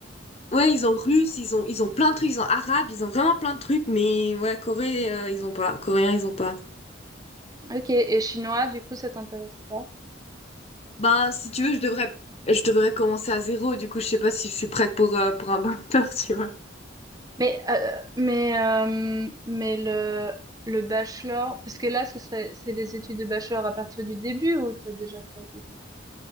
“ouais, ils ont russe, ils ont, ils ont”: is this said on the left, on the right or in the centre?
Left